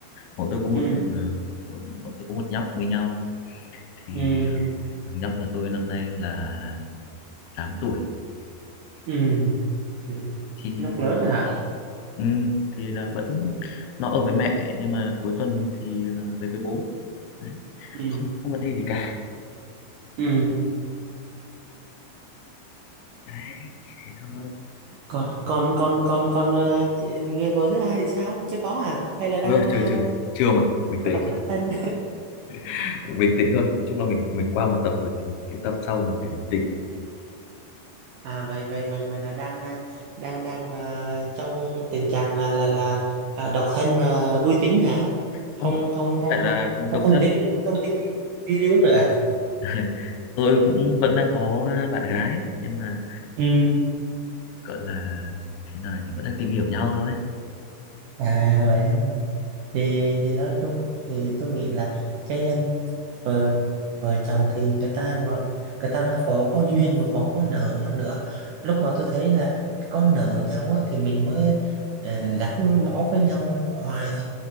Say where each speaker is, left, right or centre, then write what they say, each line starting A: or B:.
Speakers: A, on the left (about 80°); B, on the right (about 80°).
A: bọn tôi có một
B: ừ
A: ờ, bọn tôi có một nhóc với nhau thì
B: ừ
A: thằng nhóc của tôi năm nay là tám tuổi
B: ừ ừ.
A: thì
B: Nó lớn rồi hả
A: ừ, thì là vẫn
B: ừ
A: nó ở với mẹ nhưng mà cuối tuần thì ờ, về với bố đấy.
B: ừ
A: không không vấn đề gì cả
B: ừ
A: đấy thế thôi
B: còn còn còn còn còn ờ, chị- người vợ thứ hai thì sao chưa có à hay là
A: chưa
B: đang
A: chưa
B: ờ,
A: chưa chưa mà bình
B: có
A: tĩnh
B: đang đơn thân
A: <laughs> bình tĩnh thôi nói chung là mình mình qua một tập rồi thì mình cái tập sau mình phải bình tĩnh
B: <laughs> à vậy vậy vậy vậy là đang à, đang đang à, trong tình trạng là là là à, độc thân mà vui tính hả
A: không
B: không không
A: không
B: không
A: phải là độc
B: không không
A: thân
B: tính không tính đi đi đi uống nữa à?
A: <laughs> tôi cũng vẫn đang có bạn gái nhưng mà
B: ừ
A: gọi là thế nào nhỉ vẫn đang tìm hiểu nhau thôi
B: à vậy thì thì nói chung thì tôi nghĩ là cái um, vợ vợ chồng thì người ta ngọ- người ta nó có có duyên mà còn có nợ nhau nữa lúc mà tôi thấy là có nợ nhau á, thì mình mới ờ, gắn bó với nhau hoài thôi